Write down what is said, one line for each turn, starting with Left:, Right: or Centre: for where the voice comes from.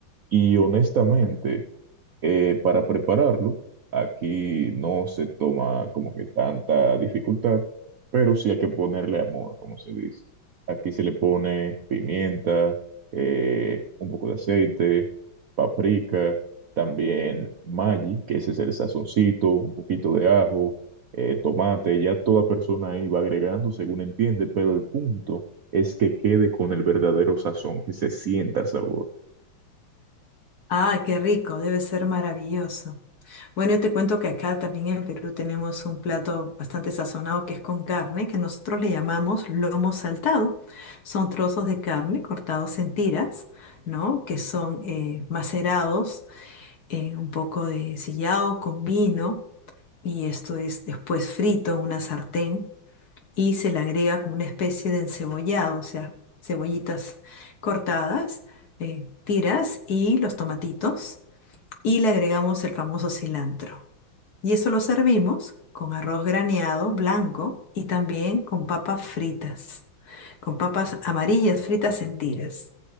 Right: Y honestamente, eh, para prepararlo, aquí no se toma como que tanta dificultad, pero sí hay que ponerle amor, como se dice. Aquí se le pone pimienta, eh, un poco de aceite, paprika, también Maggi, que ese es el sazoncito, un poquito de ajo, eh, tomate, ya toda persona ahí va agregando según entiende, pero el punto es que quede con el verdadero sazón, que se sienta el sabor.
Left: Ah, qué rico, debe ser maravilloso. Bueno, yo te cuento que acá también en Perú tenemos un plato bastante sazonado que es con carne, que nosotros le llamamos lomo saltado. Son trozos de carne cortados en tiras, ¿no? Que son eh, macerados, eh, un poco de sillao con vino, y esto es después frito en una sartén y se le agrega como una especie de encebollado, o sea, cebollitas cortadas, eh, tiras y los tomatitos, y le agregamos el famoso cilantro. Y eso lo servimos con arroz graneado blanco y también con papas fritas, con papas amarillas fritas en tiras.